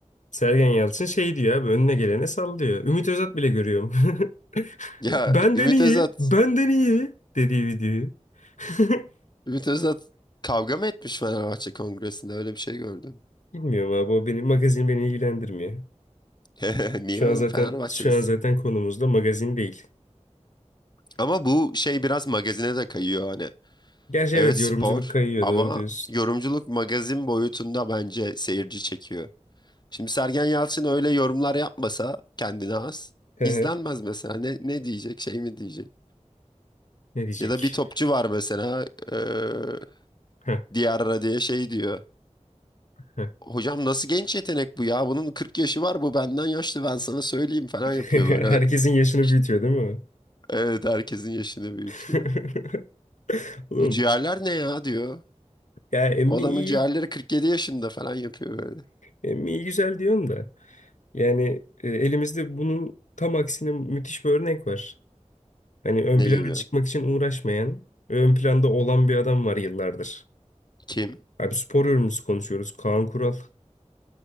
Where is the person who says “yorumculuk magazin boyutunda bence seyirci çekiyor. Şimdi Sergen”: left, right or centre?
Left